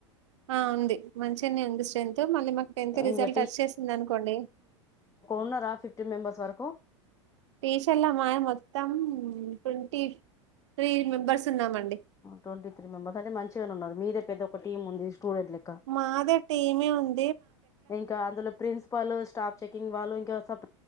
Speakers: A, on the right; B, on the left.
A: ఆ ఉంది మంచినే ఉంది స్ట్రెంత్ మళ్ళీ మాకు టెన్త్ రిజల్ట్
B: ఇంకా
A: ఒచ్చేసిందనుకోండి
B: ఉన్నర ఫిఫ్టీన్ మెంబర్స్ వరకు
A: టీషల్ల మాయే మొత్తం ట్వంటీ త్రీ మెంబర్స్ ఉన్నామండి
B: ట్వంటీ త్రీ మెంబర్స్ అంటే మంచిగనే ఉన్నరు మీదే పెద్ద ఒక టీమ్ ఉంది స్టూడెంట్ లెక్క
A: మాదె టీమే ఉన్
B: ఇంకా అందులో ప్రిన్సిపల్ స్టాఫ్ చెకింగ్ వాళ్ళు ఇంకేవర్ సప్